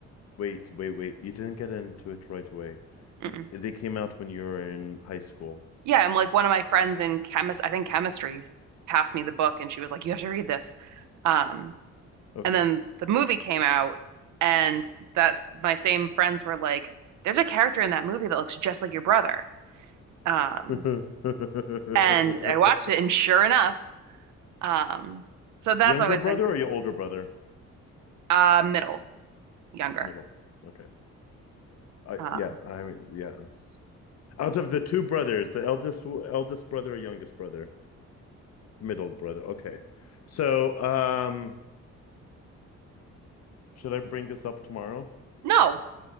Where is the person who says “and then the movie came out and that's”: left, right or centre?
Right